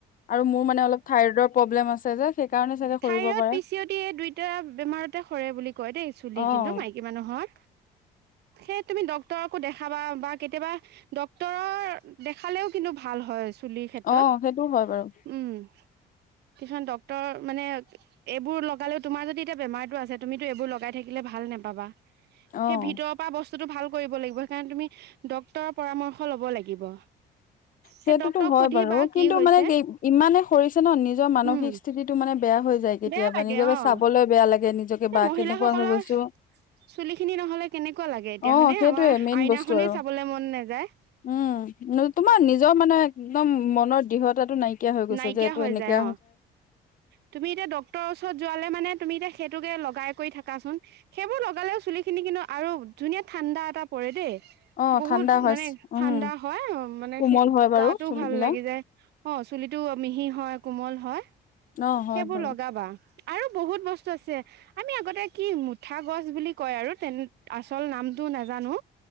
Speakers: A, on the left (about 55°); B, on the right (about 80°).
A: আৰু মোৰ মানে অলপ থাইৰইডৰ প্ৰব্লেম আছে যে সেইকাৰণে চাগে সৰিব
B: থাইৰড
A: পাৰে।
B: পিচিয়তি এই দুইটা বেমাৰতে সৰে বুলি কয় দেই চুলি
A: অ',
B: কিন্তু মাইকী মানুহৰ সেই তুমি ডক্তৰকো দেখাবা বা কেতিয়াবা ডক্তৰৰ দেখালেও কিন্তু ভাল হয় চুলিৰ ক্ষেত্ৰত
A: অ সেইটোও হয় বাৰু
B: উম কিছুমান ডক্টৰ মানে এইবোৰ লগালেও তোমাৰ যদি এতিয়া বেমাৰতটো আছে তুমিতো এইবোৰ লগাই থাকিলে ভাল নোপাবা
A: অ',
B: সেই ভিতৰৰ পৰা বস্তু ভাল কৰিব লাগিব সেইকাৰণে তুমি ডক্তৰৰ পৰামৰ্শ লব লাগিব সেই
A: সেইটোতো
B: ডক্তৰক
A: হয়
B: সুধিবা
A: বাৰু
B: কি
A: কিন্তু
B: হৈছে
A: মানে ইমানে সৰিছে ন নিজৰ মানসিক
B: উম
A: স্থিতিত মানে বেয়া হৈ যায় কেতিয়াবা
B: বেয়া লাগে
A: নিজকে
B: অ
A: চাবলৈ বেয়া লাগে নিজকে
B: এ
A: বা
B: মহিলাাসকলৰ
A: কেনেকুৱা হৈ গৈছো
B: চুলি খিনি নহলে কেনেকুৱা লাগে এতিয়াখানে
A: অ', সেইটোয়ে
B: আমাৰ
A: মেইন
B: আইনাখনে
A: বস্তু আৰু
B: চাবলে মন নাযায়
A: উম, তোমাৰ নিজৰ মানে একদম মনৰ দৃঢ়তাটো নাইকিয়া হৈ গৈছে
B: নাইকিয়া
A: যে এইটো
B: হৈ
A: এনেকা
B: যায় অ তুমি এতিয়া ডক্তৰ ওচৰত যোৱালে মানে তুমি এতিয়া সেইটোকে লগাই কৰি থাকাচোন সেইবোৰ লগালেও চুলি খিনি কিন্তু আৰু ধুনীয়া ঠাণ্ডা এটা পৰে দেই
A: অ',
B: বহুত
A: ঠাণ্ডা হয়
B: মানে ঠাণ্ডা
A: উম।
B: হয় অ মানে
A: কোমল হয় বাৰু
B: গাটো
A: চুলিবিলাক।
B: ভাল লাগি যায় অ টো মিহি হয় কোমল হয়
A: অ', হয়
B: সেইবোৰ
A: বাৰু।
B: লগাবা আৰু বহুত বস্তু আছে আমি আগতে কি মুঠা গছ বুলি কয় আৰু তেনে আচল নামটো নাজানো